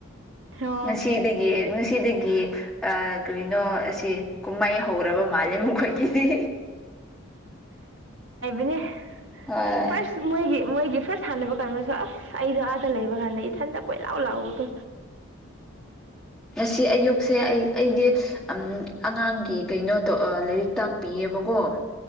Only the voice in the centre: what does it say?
ꯃꯁꯤꯅꯨꯡꯁꯤꯗꯒꯤ ꯅꯨꯡꯁꯤꯗꯒꯤ ꯑ ꯀꯩꯅꯣ ꯑꯁꯤ ꯀꯨꯝꯍꯩ ꯍꯧꯔꯕ ꯃꯥꯜꯂꯦ ꯃꯈꯣꯏꯒꯤꯗꯤ
ꯍꯣꯏ
ꯁꯤ ꯑꯌꯨꯛꯁꯦ ꯑꯩ ꯑꯩꯗꯤ ꯑꯉꯥꯡꯒꯤ ꯀꯩꯅꯣ ꯇꯣ ꯂꯥꯏꯔꯤꯛ ꯇꯥꯛꯄꯤꯌꯦꯕꯀꯣ